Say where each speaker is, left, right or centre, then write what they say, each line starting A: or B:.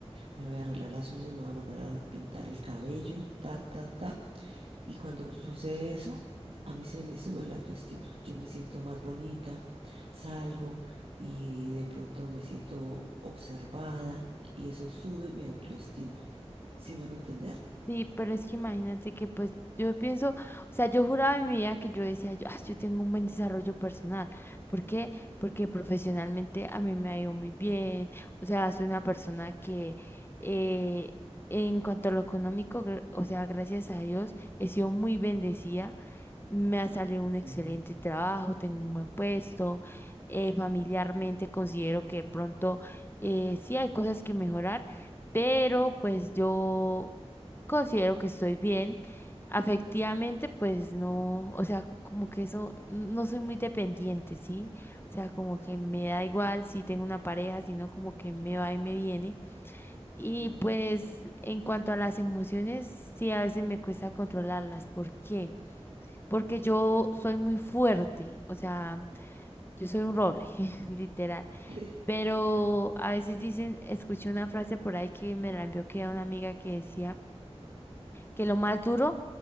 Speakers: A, on the right; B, on the left.
A: me voy a arreglar las uñas, me voy a mandar a pintar el cabello, ta, ta, ta. Y cuando sucede eso, a mí se me sube la autoestima. Yo me siento más bonita, salgo y de pronto me siento observada y eso sube mi autoestima. ¿Sí me hago entender?
B: Sí, pero es que imagínate que pues yo pienso, o sea, yo juraba en mi vida que yo decía, yo, "Ah, yo tengo un buen desarrollo personal. ¿Por qué? Porque profesionalmente a mí me ha ido muy bien. O sea, soy una persona que eh, en cuanto a lo económico, gra- o sea, gracias a Dios, he sido muy bendecida me ha salido un excelente
A: Ujú,
B: trabajo, tengo un buen puesto, eh, familiarmente considero que de pronto eh, sí hay cosas que mejorar, pero pues yo considero que estoy bien. Afectivamente, pues no, o sea, como que eso, no soy muy dependiente, ¿sí? O sea, como que me da igual si tengo una pareja, sino como que me va y me viene. Y
A: ujú.
B: pues en cuanto a las emociones, sí, a veces me cuesta controlarlas. ¿Por qué? porque yo soy muy fuerte, o sea, yo soy un roble, <laughs> literal.
A: <laughs>
B: Pero a veces dicen, escuché una frase por ahí que me la envió que era una amiga que decía que lo más duro